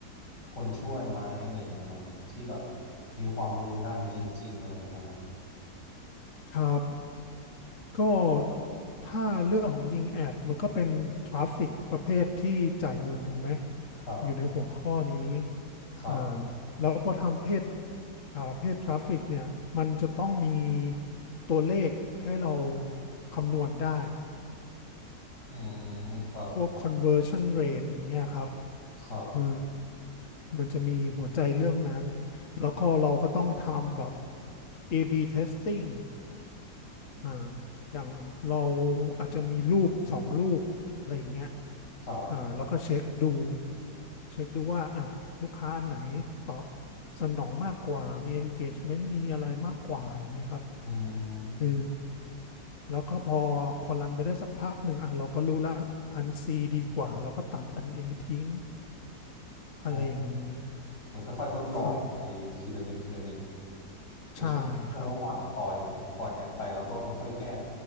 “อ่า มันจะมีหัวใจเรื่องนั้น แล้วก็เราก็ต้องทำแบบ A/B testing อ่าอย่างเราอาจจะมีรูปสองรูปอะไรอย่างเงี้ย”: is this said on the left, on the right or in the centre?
Left